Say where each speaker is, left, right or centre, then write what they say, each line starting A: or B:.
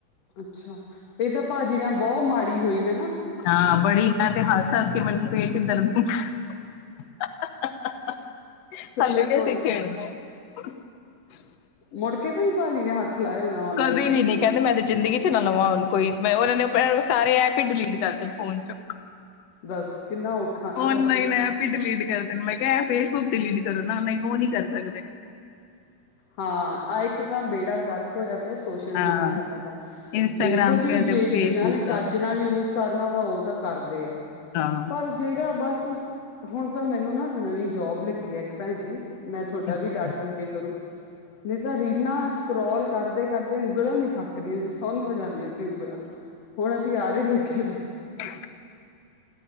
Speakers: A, on the left; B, on the left.
A: ਅੱਛਾ ਇਹ ਤਾਂ ਭਾਜੀ ਨਾ ਬੋ ਮਾੜ। ਹੋਈ ਹਨ <unintelligible>
B: ਹਾਂ ਬੜੀ ਮੈਂ ਤੇ ਹੱਸ ਹੱਸ ਕੇ ਮਨੁ ਪੇਟ ਦਰਦ ਹੋ ਹ ਹ ਹ ਹ
A: ਚਲੋ
B: ਹਲੇ ਵੀ
A: ਕੋਈ
B: ਅਸੀਂ ਛੇੜਨਾ ਏ। <unintelligible>
A: ਮੁੜਕੇ ਤੇ ਨੀ ਭਾਜੀ ਨੇ ਹੱਥ। ਲਾਇਆ ਹੋਣਾ ਔਨਲਾਈਨ
B: ਕਦੇ
A: ਸ਼ੋਪਿੰਗ
B: ਵੀ ਨੀ ਕਹਿੰਦੇ ਮੈਂ ਤੇ ਜ਼ਿੰਦਗੀ ਚ ਨਾ ਲਵਾਂ ਉਹਨੂੰ। ਕੋਈ ਮੈਂ ਉਨ੍ਹਾਂ ਨੁੰ। ਕਰੋ ਸਾਰੇ ਐਪ ਈ ਦਲੀਡ ਕਰ। ਫਹ ਚੁ।
A: ਦੱਸ ਕਿੰਨਾ ਔਖਾ ਨਾ
B: ਓਨਲਾਈਨ
A: ਵੈਸੇ
B: ਐਪ ਹੀ ਡਿਲੀਟ ਕਰ ਦੇਣ ਮੈਂ ਕਿਹਾ ਫੇਸਬੁੱਕ ਡਿਲੀਟ ਕਰੋ ਨਾ। ਉਹ ਨੀਂ ਕਰ। ਸਕਦੇ।
A: ਹਾਂ ਆ ਇੱਕ। ਤਾਂ ਬੇੜਾ ਗ਼ਰਕ ਹੋਇਆ। ਸੋਸ਼ਲ
B: ਹਾਂ
A: ਮੀਡੀਆ ਵਾਲਿਆਂ ਦਾ
B: ਇੰਸਟਾਗ੍ਰਾਮ
A: ਦੇਖੋ ਜੀ
B: ਤੇ ਤੇ
A: ਜੇ
B: ਫੇਸਬੁੱਕ
A: ਜਿਨਾਂ ਨੇ
B: ਦਾ
A: ਚੱਜ ਨਾਲ ਯੂਜ਼। ਕਰਨਾ ਉਹਦਾ ਉਹ ਤਾਂ ਕਰਦੇ ਆ।
B: ਹਾਂ।
A: ਪਰ ਜਿਹੜਾ ਬਸ। ਹੁਣ ਤਾਂ ਮੈਨੂੰ ਨਾ ਨਵੀਂ ਜੋਬ ਲੱਗੀ ਆ ਇੱਕ ਭੈਣ ਜੀ। ਤੁਹਾਡਾ
B: ਅੱਛਾ।
A: ਵੀ ਡਾਟਾ ਅੱਗੇ ਕਰੋ। ਨਹੀਂ ਤਾਂ ਰੀਲਾਂ ਸਕਰੋਲ ਕਰਦੇ ਕਰਦੇ ਉਂਗਲਾਂ ਨੀ ਥੱਕਦੀਆਂ ਸੀ ਸੁਨ ਹੋ ਜਾਂਦੀਆਂ ਸੀ ਉਂਗਲਾਂ ਹੁਣ ਅਸੀਂ ਆਰੇ ਲੱਗੇ।
B: <inaudible>